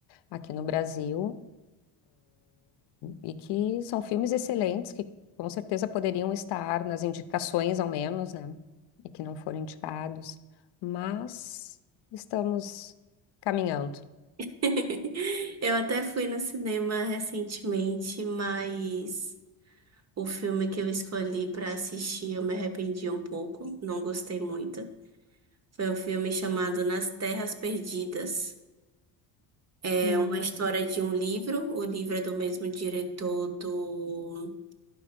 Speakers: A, on the left; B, on the right.
A: aqui no Brasil. E que são filmes excelentes que com certeza poderiam estar nas indicações, ao menos, né? E que não foram indicados. Mas estamos caminhando.
B: <laughs> Eu até fui no cinema recentemente, mas o filme que eu escolhi para assistir eu me arrependi um pouco, não gostei muito. Foi um filme chamado Nas Terras Perdidas. É
A: Não.
B: uma história de um livro. O livro é do mesmo diretor do,